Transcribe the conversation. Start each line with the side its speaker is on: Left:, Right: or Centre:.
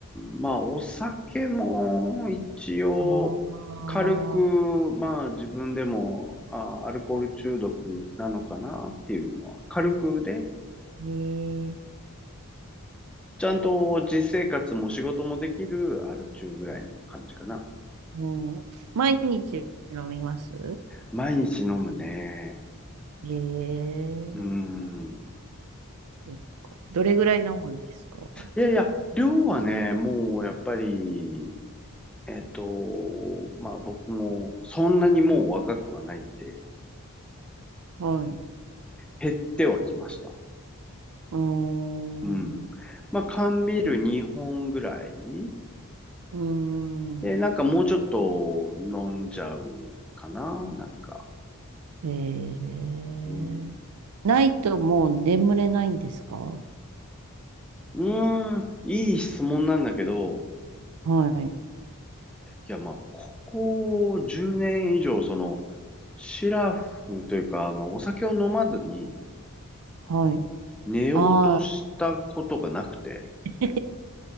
Centre: ん、まあ、お酒も一応、
Right: ああ、
Centre: 軽く、まあ、自分でも、あ、アルコール中毒なのかなっていうのは、軽くで、
Right: ええ
Centre: ちゃんと実生活も仕事もできるアル中ぐらいの感じかな。
Right: もう、毎日飲みます
Centre: 毎日飲むね。
Right: ええ
Centre: うーん。
Right: そっかどれぐらい飲むんですか
Centre: いやいや、量はね、もうやっぱり、えっと、まあ僕もそんなにもう若くはないんで、
Right: はい。
Centre: 減ってはきました。
Right: うーん。
Centre: うん。まあ、缶ビール2本ぐらい。
Right: うーん。
Centre: で、なんかもうちょっと飲んじゃうかな。なんか。
Right: ええないともう眠れないんですか
Centre: うん。うーん。いい質問なんだけど、
Right: はい。
Centre: いや、まあ、ここ10年以上、その、シラフというか、あの、お酒を飲まずに
Right: はい。
Centre: 寝ようとしたことがなくて、
Right: ああ。<laughs>